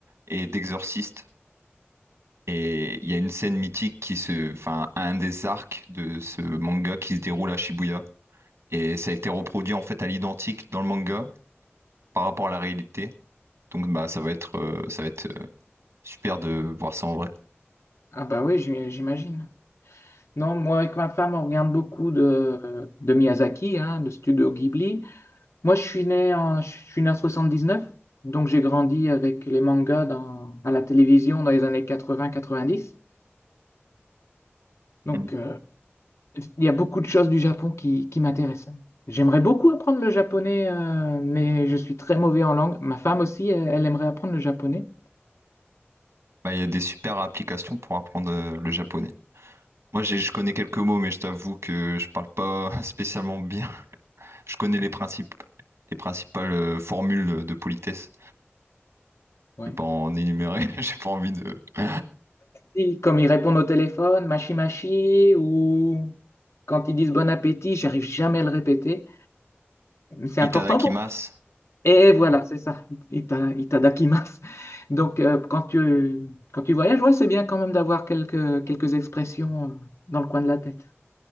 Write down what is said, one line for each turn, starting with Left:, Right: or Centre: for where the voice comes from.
Right: et d'exorcistes. Et il y a une scène mythique qui se, enfin, un des arcs de ce manga qui se déroule à Shibuya. Et ça a été reproduit en fait à l'identique dans le manga par rapport à la réalité. Donc bah ça va être, euh, ça va être euh, super de voir ça en vrai.
Left: Ah bah oui, j'im- j'imagine. Non, moi avec ma femme, on regarde beaucoup de, de Miyazaki, hein, de Studio Ghibli. Moi, je suis né en, je suis né en 79, donc j'ai grandi avec les mangas dans- à la télévision dans les années 80-90. Donc,
Right: Mm.
Left: euh, il y a beaucoup de choses du Japon qui, qui m'intéressent. J'aimerais beaucoup apprendre le japonais, euh, mais je suis très mauvais en langue. Ma femme aussi, elle, elle aimerait apprendre le japonais.
Right: Bah, il y a des super applications pour apprendre euh, le japonais. Moi, j'ai, je connais quelques mots, mais je t'avoue que je parle pas <laughs> spécialement bien. Je connais les principes, les principales euh, formules de politesse.
Left: Ouais.
Right: Je vais pas en énumérer. <laughs> J'ai pas envie de. <gasps>
Left: Et comme ils répondent au téléphone, mashi mashi, ou quand ils disent bon appétit, j'arrive jamais à le répéter. C'est important
Right: Itadakimasu.
Left: pour vous. Et voilà, c'est ça, Ita- itadakimasu. Donc, euh, quand tu, quand tu voyages, ouais, c'est bien quand même d'avoir quelques, quelques expressions euh, dans le coin de la tête.